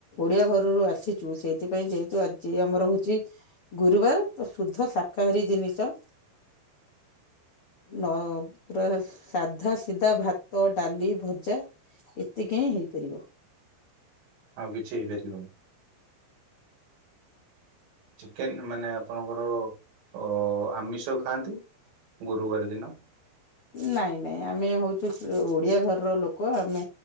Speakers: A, on the left; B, on the right.
A: ଡିଆ ଘରରୁ ଆସିଛୁ ସେଇଥିପାଇଁ ଯେହେତୁ ଆଜି ଆମର ହଉଚି ଗୁରୁବାର ସୁଧସାକା ହରି ଜିନିଷ ନ ପୁରା ସାଧା ସିଧା ଭାତ ଡାଲି ଭଜା ଏତିକିହି ହେଇପାରିବ।
B: ଆଉ କିଛି ହେଇପାରିବନି। ଚିକେନ ମାନେ ଆପଣଙ୍କର ଅ ଆମିଷ ଖାଆନ୍ତି। ଗୁରୁବାର ଦିନ।
A: ନାଇଁ ନାଇଁ ଆମେ ହଉଚୁ ଓଡିଆ ଘରର ଲୋକ ଆମେ